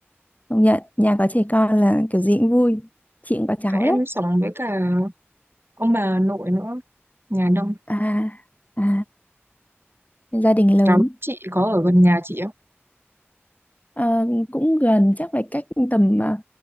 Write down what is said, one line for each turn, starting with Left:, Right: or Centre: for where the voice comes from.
Left: công nhận nhà có trẻ con là kiểu gì cũng vui chị cũng có cháu đấy
Right: em sống với cả ông bà nội nữa, nhà đông.
Left: à à gia đình lớn
Right: Cháu chị có ở gần nhà chị không?
Left: Ờ, cũng gần chắc phải cách tầm à,